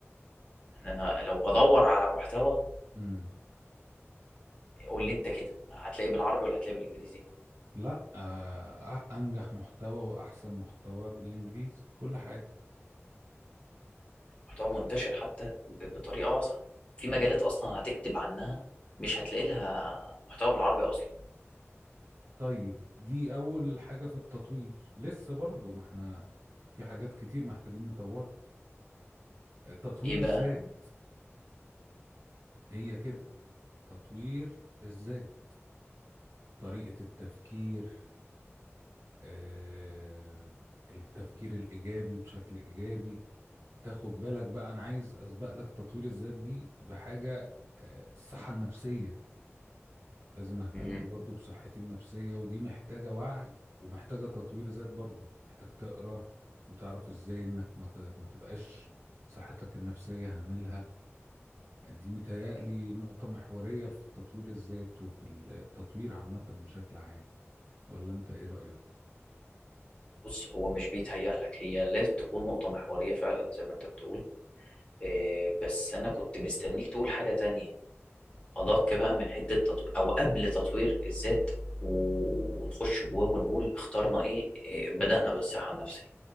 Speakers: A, on the left; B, on the right.
A: يعني انا لو بدور على محتوى
B: امم
A: قول لي انت كده هتلاقيه بالعربي ولا هتلاقيه بالانجليزي
B: لا آه أنجح محتوى وأحسن محتوى بالإنجليزي كل حاجة
A: محتوى منتشر حتى ب- بطريقه واسعه في مجالات اصلا هتكتب عنها مش هتلاقي لها محتوى بالعربي اصلا
B: طيب دي أول حاجة في التطوير لسه برضو ما احنا في حاجات كتير محتاجين نطورها آه، تطوير
A: ايه بقى
B: الذات هي كده تطوير الذات طريقة التفكير آه التفكير الإيجابي بشكل إيجابي تاخد بالك بقى انا عايز اسبق لك تطوير الذات دي بحاجه آه، الصحه النفسيه لازم اهتم
A: مم.
B: برضو بصحتي النفسيه ودي محتاجه وعي ومحتاجه تطوير ذات برضو محتاج تقرا وتعرف ازاي انك ما ت- ما تبقاش صحتك النفسيه هاملها دي متهيألي نقطه محوريه في تطوير الذات وفي التطوير عامه بشكل عام ولا انت ايه رايك
A: بص هو مش بيتهيأ لك هي لازم تكون نقطة محورية فعلا زي ما انت بتقول إيه بس انا كنت مستنيك تقول حاجة تانية ادق بقى من حتة تطوير او قبل تطوير الذات و- ونخش جواه ونقول اخترنا ايه, إيه بدأنا بالصحة النفسية